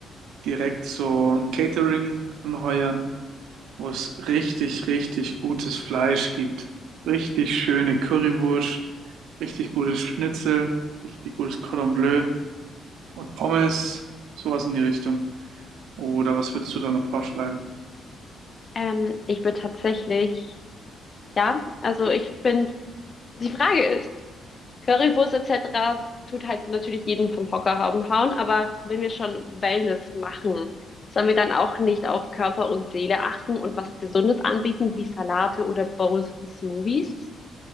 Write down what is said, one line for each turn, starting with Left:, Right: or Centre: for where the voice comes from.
Right: direkt so ein Catering anheuern, wo es richtig, richtig gutes Fleisch gibt. Richtig schöne Currywurst, richtig gutes Schnitzel, richtig gutes Cordon Bleu und Pommes, sowas in die Richtung. Oder was würdest du da noch vorschlagen?
Left: Ähm, ich bin tatsächlich, ja, also ich bin Die Frage ist, Currywurst etc. tut halt natürlich jeden vom Hocker hau- hauen, aber wenn wir schon Wellness machen, sollen wir dann auch nicht auf Körper und Seele achten und was Gesundes anbieten, wie Salate oder Bowls und Smoothies?